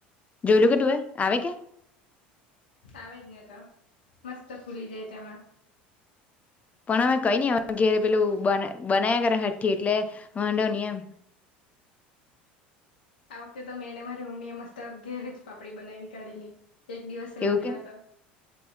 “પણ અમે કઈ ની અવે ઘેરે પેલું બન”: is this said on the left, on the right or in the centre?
Left